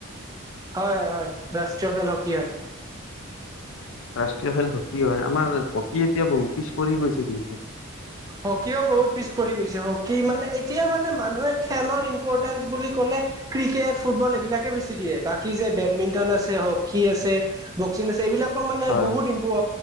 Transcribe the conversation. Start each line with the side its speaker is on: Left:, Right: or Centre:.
Right: হয়, হয়, হয়, ৰাষ্ট্ৰীয় খেল হকী হয়।
Left: ৰাষ্ট্ৰীয় খেল হকী হয়, আমাৰ হকী এতিয়া বহু পিছ পৰি গৈছে কিন্তু।
Right: হকীও বহুত পিছ পৰি গৈছে, হকী মানে এতিয়া মানে মানুহে খেলৰ ইম্পৰ্টেঞ্চ বুলি ক'লে ক্ৰিকেট, ফুটবল এইবিলাকে বেছি দিয়ে। বাকী যে বেডমিন্টন আছে হকী আছে। বক্সিং আছে এইবিলাকক মানে
Left: হয়
Right: বহুত ইম্প